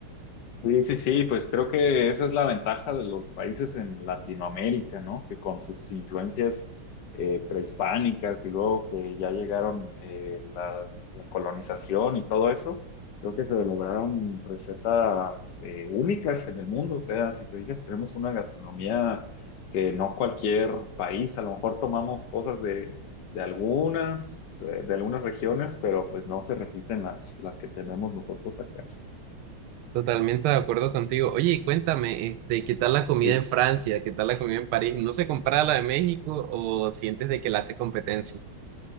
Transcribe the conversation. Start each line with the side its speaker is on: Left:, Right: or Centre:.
Left: Sí, sí, sí, pues creo que esa es la ventaja de los países en Latinoamérica, ¿no? Que con sus influencias eh, prehispánicas y luego que ya llegaron eh, la, la colonización y todo eso, creo que se lograron recetas eh, únicas en el mundo. O sea, si te fijas, tenemos una gastronomía que no cualquier país, a lo mejor tomamos cosas de, de algunas, eh, de algunas regiones, pero pues no se repiten las, las que tenemos nosotros acá.
Right: Totalmente de acuerdo contigo. Oye, y cuéntame, este, ¿qué tal la comida
Left: Sí.
Right: en Francia? ¿Qué tal la comida en París? ¿No se compara a la de México o sientes de que la hace competencia?